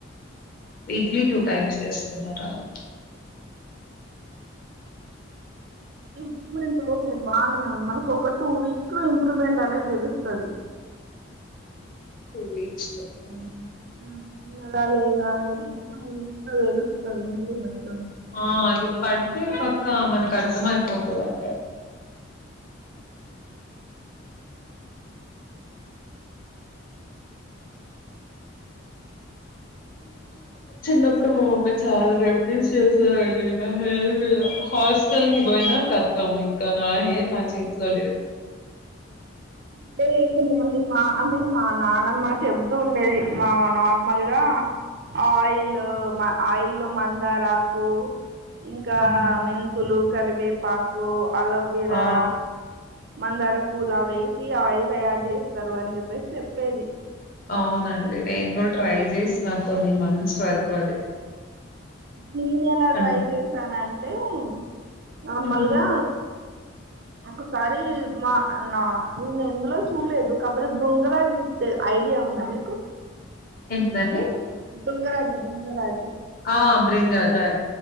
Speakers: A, on the left; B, on the right.
A: వీక్లీ టూ టైమ్స్ చేస్తున్నారు టం
B: ఇంప్రూవ్మెంట్ ఓకే బానే ఉంది. మనకు ఒక టూ వీక్స్ లో ఇంప్రూవ్మెంట్ అనేది దెలుస్తది.
A: టూ వీక్స్ లో ఉమ్
B: ఉమ్ ఇల్లదా లేదా అనేది టూ వీక్స్ లో తెలుస్తుంది ఇంప్రూమెంట్
A: ఆ అది పడితే పక్కా మనకు కడతాంఅయిపోతదంట చిన్నప్పుడు మా బమ్మయి చాలా రెమిడీస్ చేసేద లే నా హెయిర్ మీద హాస్టల్ కి పోయినా కతం ఇంకా నా హెయిర్ నా చేతిలో లేదు
B: అంటే కొంతమంది మా అంటే మా నానమ్మ చెబుతూ ఉండేది. మా నార్మల్గా ఆయిల్ ఆయిల్లో మందారాకు ఇంకా
A: హ్మ్
B: మెంతులు కరివేపాకు అలోవెరా
A: ఆ
B: మందారా పూలవే ఈ ఆయిల్ తయారు చేస్తరు అని చెప్పేసి చెప్పేది
A: అవునండి నేన్ గూడా ట్రై చేసిన కొన్ని మంత్స్ వరకు అది
B: నేను ఎలా
A: అన్
B: ట్రై చేశాన అం ఏమ్ నార్మల్గా
A: హ్మ్
B: ఒకసారి మా నా నేనెందులో చూడలేదు కాకపోతే బృంగరాజు ఐడియా ఉందా మీకు
A: ఎంటిదండి
B: బుంగరాజు బుంగరాజు
A: ఆ బ్రింగ్ రాజా